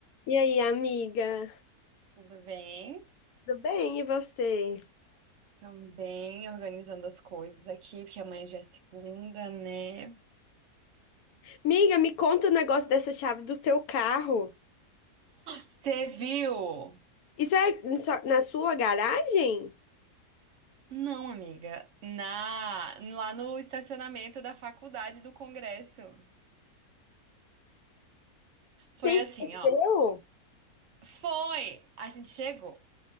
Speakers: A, on the left (about 75°); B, on the right (about 60°).
A: E aí, amiga?
B: Tudo bem?
A: Tudo bem, e você?
B: Também organizando as coisas aqui, porque amanhã já é segunda, né?
A: Amiga, me conta o negócio dessa chave do seu carro.
B: Você viu?
A: Isso é na sua na sua garagem?
B: Não, amiga. Na, lá no estacionamento da faculdade do Congresso. Foi
A: Sim,
B: assim,
A: é
B: ó.
A: seu?
B: Foi! A gente chegou.